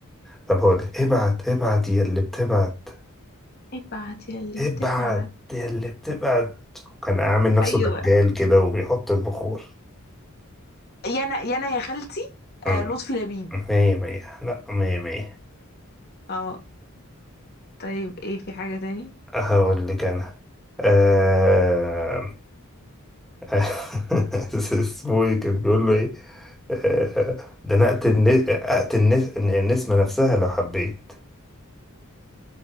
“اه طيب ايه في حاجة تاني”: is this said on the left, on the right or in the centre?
Left